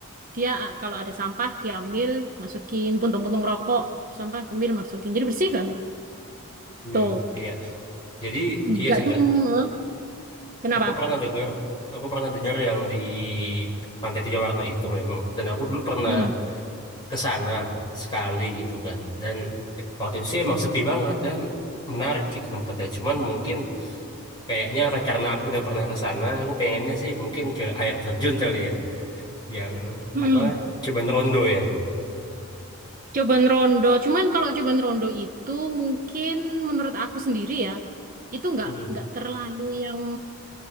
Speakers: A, on the right; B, on the left.
A: dia ah, kalau ada sampah diambil, masukin puntung-puntung rokok, sampah ambil masukin. Jadi bersih banget.
B: hmm,
A: Tuh,
B: iya. Jadi iya
A: nggak
B: sih
A: cuma
B: Kak.
A: kenapa?
B: Aku pernah dengar, aku pernah dengar yang di Pantai Tiga Warna itu memang. Dan aku dulu pernah
A: Hmm.
B: ke sana sekali gitu kan dan waktu itu sih emang sepi banget dan menarik gitu tempatnya cuman mungkin kayaknya karena aku udah pernah ke sana aku pengennya sih mungkin ke air terjun kali ya yang
A: Hmm.
B: apa Cuman Rondo ya
A: Cobaan rondo, cuman kalau cobaan rondo itu mungkin menurut aku sendiri ya, itu nggak
B: Mm-mm.
A: nggak terlalu yang